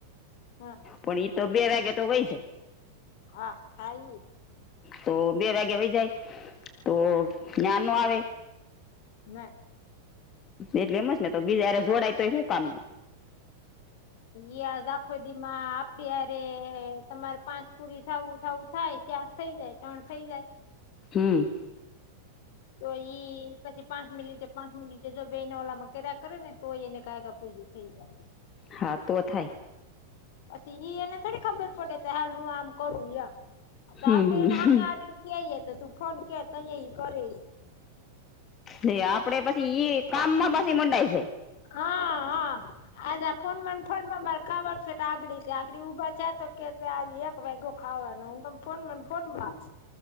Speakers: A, on the left; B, on the left.
A: હા
B: પણ ઈ તો બે વાગે તો વય જાય
A: હા ખાય
B: તો બે વાગે વય જાય તો નીયા નો આવે
A: ના
B: એટલે એમ જ ને તો બીજ જારે જોડાય તોય શું કામ નુ
A: યા દાખોદી માં આપણી હારે તમારે પાંચ પુરી થાવુ થાવુ થાય પણ થઈ જાય તણ થઇ જાય
B: હમ.
A: તો ઈ પછી પાંચ મિલિટે પાંચ મિલિટે જો બેના ઓલામાં કરા કરે ને તો એને કાયગ પૂજું થઈ જાય.
B: હા તો જ નૂ.
A: પછી ઈ એને થોડી ખબર પડે હાલ હું આમ કરુંમ. તો
B: હમ
A: આપડે એને હામે હાલી ને કઈએ તો તું ફોન કર તયે ઈ કરે.
B: તયે આપડે પછી ઈ કામ માં પછી મંડાય.
A: હા હા. આજ આ ફોન માં ને ફોનમાં મારે ખાવાનું આગડી છે આગડી ઉભા છે તો. કે આજ એક વાાઈ ગો ખાવાનું હું તોમ ફોન માં ફોન માં.